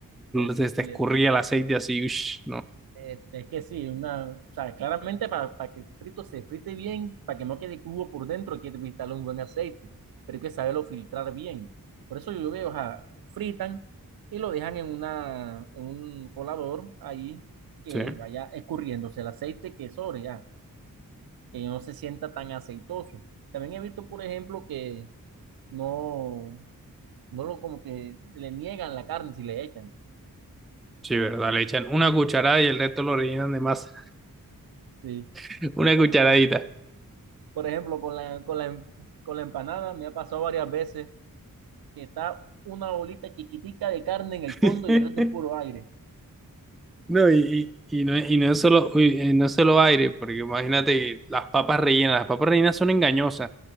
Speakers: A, on the right (about 80°); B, in the centre.
A: Es-
B: Se te
A: y-
B: escurría el aceite así, ush, no.
A: Este, es que sí, una, o sea, claramente para, para que el frito se frite bien, para que no quede cubo por dentro, hay que instalar un buen aceite, pero hay que saberlo filtrar bien. Por eso yo veo, o sea, fritan y lo dejan en una, en un colador ahí que
B: Sí,
A: vaya escurriéndose el aceite que sobre ya, que no se sienta tan aceitoso. También he visto, por ejemplo, que no, no lo como que le niegan la carne si le echan,
B: sí, verdad. Le echan una cucharada y el resto lo rellenan de masa.
A: sí.
B: <laughs> Una
A: Y con,
B: cucharadita.
A: por, Por ejemplo, con la, con la, em- con la empanada me ha pasado varias veces que está una bolita chiquitica de carne en
B: <laughs>
A: el fondo y el resto es puro aire.
B: No, y, y, y no, y no es solo, uy, eh, no es solo aire, porque imagínate las papas rellenas. Las papas rellenas son engañosas.